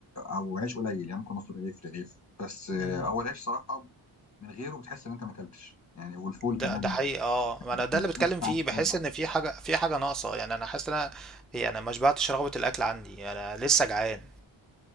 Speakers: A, on the left; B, in the centre.
A: او عيش قليل يعني ممكن نص رغيف رغيف بس آه،
B: مم.
A: هو العيش صراحه من غيره بتحس ان انت ما اكلتش يعني والفول
B: ده
A: كمان
B: ده حقيقي اه ما انا ده
A: الفول
B: اللي بتكلم
A: بتاع
B: فيه
A: الفطار
B: بحس ان في حاجه في حاجه ناقصه يعني انا حاسس ان انا يعني ما شبعتش رغبه الاكل عندي انا لسه جعان